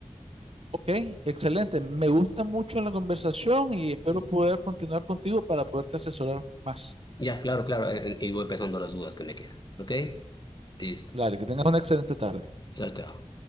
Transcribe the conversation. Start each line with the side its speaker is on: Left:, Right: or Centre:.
Right: Ok, excelente. Me gusta mucho la conversación y espero
Left: Mm,
Right: poder continuar contigo para poderte asesorar más.
Left: Ya, claro, claro, eh, eh, y voy pensando las dudas que me quedan. ¿Ok? Listo.
Right: Dale, que tengas una excelente tarde.
Left: Chao, chao.